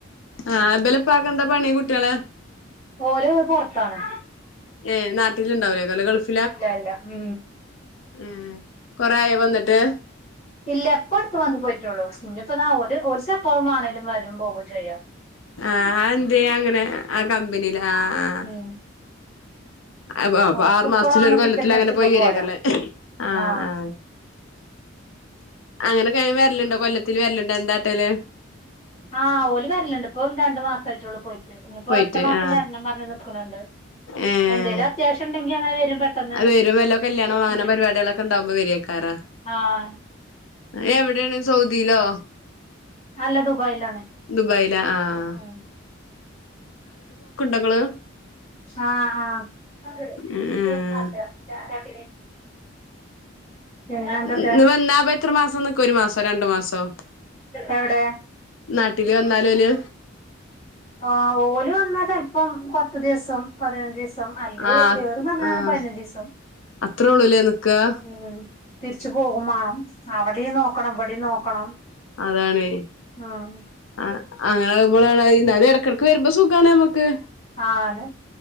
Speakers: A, on the left; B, on the left.
A: ആഹ് ഇവലപ്പാക്കെ എന്താ പണി കുട്ടികളെ
B: ഓല് പുറത്താണ്
A: ഏ് നട്ടിലുണ്ടാകുല്ലേ അല്ലെ ഗൾഫ്
B: അല്ല അല്ല ഉം
A: ഉം കൊറയൊ വന്നിട്ട്
B: ഇല്ല ഇപ്പോ അടുത്ത് വന്ന് പോയിട്ടുള്ളൂ ഇഞ്ഞിപ്പോ ഇതാ ഒല് ഒലക് എപ്പോഴ ആണെലും വരും പോകുകയും ചെയ്യ
A: ആഹ എന്തേ അങ്ങനെ ആ കമ്പനിൽ ആഹാ ആഹാ
B: ഉം
A: അ
B: ഓർക്കിപ്പോ
A: ആറു മാസത്തില
B: വേണേ
A: ഒരു കൊല്ലത്തി
B: ടിക്കറ്റ് അടിച്ചിപ്പോ
A: അങ്ങനെ പോയി
B: പോരാ
A: വരിയാക്കരല്ലേ ആഹാ
B: ആഹ്
A: ആഹാ അങ്ങനൊക്കെ വരലുണ്ടോ കൊല്ലത്തില് വരലുണ്ടോ എന്താട്ടല്
B: ആഹ്ഓല വരലുണ്ട് ഇപ്പം രണ്ടു മാസ ആയിട്ടൊള്ളൂ പോയി ഇനിപ്പോ
A: പോയിട്ട്
B: അടുത്ത മാസം
A: ആഹ്
B: വരണം പറഞ്ഞ് നിക്കണണ്ട്
A: ഏഹ്
B: എന്തെങ്കലും അത്യാവശ്യം ഉണ്ടെങ്കി അങ്ങനെ വരും പെട്ടെന്ന്
A: അത് വരും വല്ലോ കല്യാണം വാങ്ങന
B: ഉം
A: പരിപാടികളൊക്കെ ഉണ്ടാാവുമ്പോ വെരിയക്കാരം
B: ആഹ്
A: എവിടെയാണ് സൗദിയിലോ
B: അല്ല ദുബായിലാണ്
A: ദുബായില ആഹാ
B: ഉം
A: ഇങ്ങള്
B: ആഹാ ആഹാ
A: ഏഹ്
B: <unintelligible> പിന്നെ എന്തൊക്കെ
A: ഇന്ന് വന്നാ അപ്പൊ എത്ര മാസം നിക്കും ഒരു മാസോ രണ്ടു മാസോ
B: എവിടെ
A: നാട്ടില് വന്നാലോ ഒലു
B: ആ ഓല് വന്നാ ചെലപോം പത്ത് ദിവസം പതിനഞ്ച് ദിവസം അല്ലെ
A: ആഹ്
B: ഇരുന്ന്പരാജൽ
A: ആഹ്
B: പതിനഞ്ച് ദിവസം
A: അത്രേ ഉള്ളൂല്ലേ നിക്കാ
B: ഉം തിരിച്ചു പോകും മാണം അവിടെ നോക്കണം ഇവിടെ നോക്കണം
A: അതാണ്
B: ആഹ
A: ആ അങ്ങനെ <unintelligible> എന്നാലും ഇടക്കിടക്ക് വരുമ്പോ സുഖാണ് നമുക്ക്
B: ആണ്